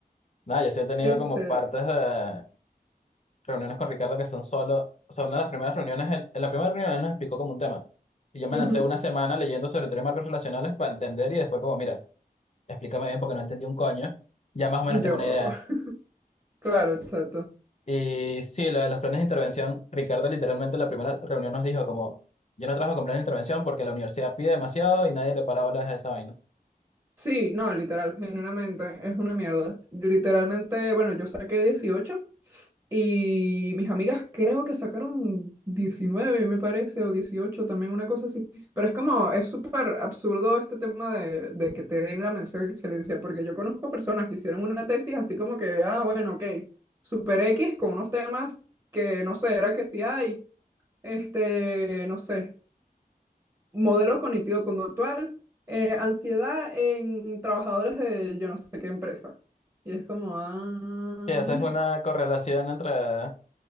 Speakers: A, on the left (about 45°); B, on the right (about 25°).
A: Nada, yo sí he tenido
B: Este,
A: como partes de, reuniones con Ricardo que son solo, o sea, una de las primeras reuniones, él- en la primera reunión él nos explicó como un tema. Y yo me
B: ujú,
A: lancé una semana leyendo sobre teoría de marcos relacionales para entender y después como, mira, explícame bien porque no entendí un coño. Ya más o menos
B: Yo,
A: tengo una idea.
B: <laughs> claro, exacto.
A: Y sí, lo de los planes de intervención, Ricardo literalmente en la primera reunión nos dijo como, yo no trabajo con planes de intervención porque la universidad pide demasiado y nadie le para bolas a esa vaina.
B: Sí, no, literal, genuinamente es una mierda. Literalmente, bueno, yo saqué 18 y mis amigas creo que sacaron 19 me parece, o 18 también una cosa así. Pero es como, es súper absurdo este tema de, de que te den la mención de excelencia, porque yo conozco personas que hicieron una tesis así como que, ah, bueno, ok, super X con unos temas que no sé, era que si hay, este, no sé modelo cognitivo-conductual, eh, ansiedad en trabajadores de yo no sé qué empresa. Y es como, ah,
A: Sí, eso
B: <laughs>
A: es una correlación entre...